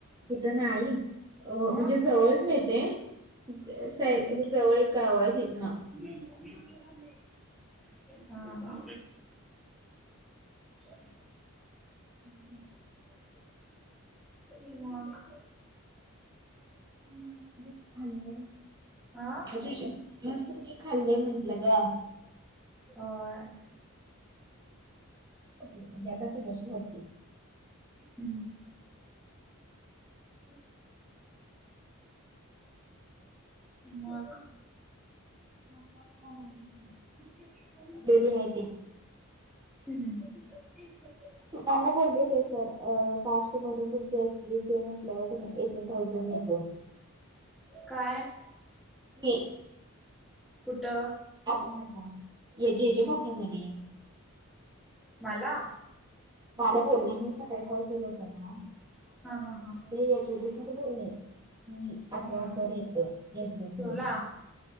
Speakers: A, on the right; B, in the centre.
A: तिथं नाही, अ
B: मग
A: म्हणजे जवळच मिळते ते अस
B: हम्म.
A: आहे जवळ एक गाव हे इथनं.
B: <inaudible> हा हा <inaudible>
A: <unintelligible>
B: <unintelligible> मग
A: मस्त पैकी खाल्लय
B: आ
A: <unintelligible> मस्त पैकी खाल्ले म्हटलं ग.
B: होय.
A: म्हणजे आता तुझ्याशी बोलते.
B: हम्म. <inaudible> मग
A: <unintelligible>
B: <inaudible>
A: डेली आहे तेच. मला बोलले ते सर, अ कास्ट मधून तुमच एक स्लिप आहे म्हंटल्यावर तुम्ही एक थाऊजंन येत.
B: काय
A: की
B: कुठं?
A: <unintelligible>
B: मला
A: मला बोलले, मी सकाळी कॉल केला होता ना
B: हा हा हा.
A: ते <unintelligible> बोलले, हम्म. अठरा
B: हा.
A: हजार येत, एस बी सी
B: तोला
A: मधून.